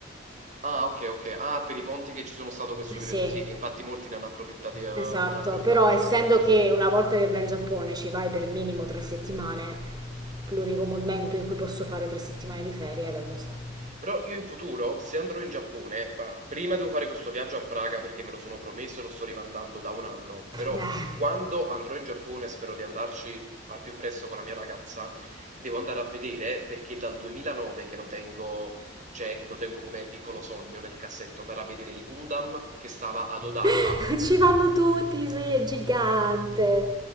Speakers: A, on the right; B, on the right.
A: Ah, ok, ok. Ah, per i ponti che ci sono stato questo
B: Sì,
A: periodo, sì, che infatti molti ne hanno approfittati, eh, ne
B: esatto.
A: hanno approfittato
B: Però
A: di fare
B: essendo
A: questi viaggetti.
B: che una volta che vai in Giappone ci vai per minimo tre settimane, l'unico momento in cui posso fare tre settimane di ferie è ad agosto.
A: Però io in futuro, se andrò in Giappone, ma prima devo fare questo viaggio a Praga perché me lo sono promesso e lo sto rimandando da un anno, però
B: Eh.
A: quando andrò in Giappone, spero di andarci al più presto con la mia ragazza, devo andare a vedere perché dal 2009 che lo tengo, cioè lo tengo come piccolo sogno nel cassetto, andare a vedere il Gundam che stava ad Odaiba,
B: <laughs> Ci vanno tutti, sì, è gigante.